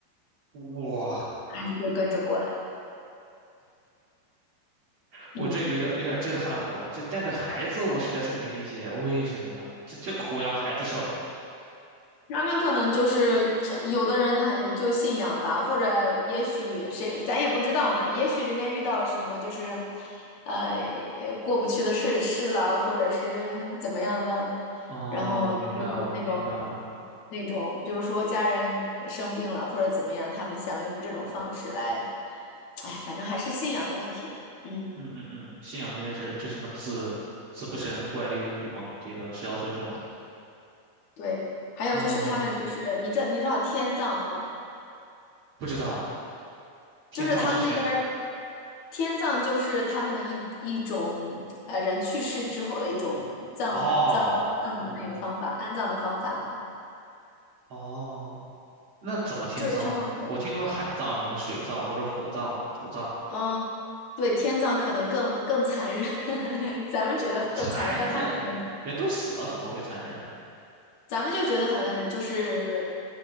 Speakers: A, on the right (about 80°); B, on the left (about 70°).
A: 哇，
B: 孩子就跟着过来。
A: 我这有点有点震撼我了，
B: 嗯。
A: 这带着孩子，我实在是没理解为什么呀？这这苦要孩子受。
B: 他们可能就是呃有的人他就信仰吧，或者也许谁咱也不知道嘛，也许人家遇到了什么就是，呃，过不去的事事了，或者是怎么样的，
A: 哦，
B: 然后就是有那种
A: 我明白了，我明白了。
B: 那种，比如说家人生病了或者怎么样，他们想用这种方式来，哎，反正还是信仰的问题。嗯，
A: 嗯嗯嗯，信仰这件事，这什么子子不神怪力物语嘛，这个是要尊重的。
B: 对。还有就是他们就是你知你知道天葬吗？
A: 哦，不知道天葬是谁？
B: 就是他们那边。天葬就是他们的一一种呃人去世之后的一种葬葬葬
A: 哦哦
B: 的那个方法，安葬的方法嘛，
A: 哦，那怎么天葬呢？
B: 就是他们可
A: 我听说过海葬、什么水葬或者火葬、土葬，
B: 嗯，对，天葬可能更更残忍，<laughs> 咱们觉得更残忍，
A: 残忍，
B: 但他们可能
A: 人都死了怎么会残忍？
B: 咱们就觉得很就是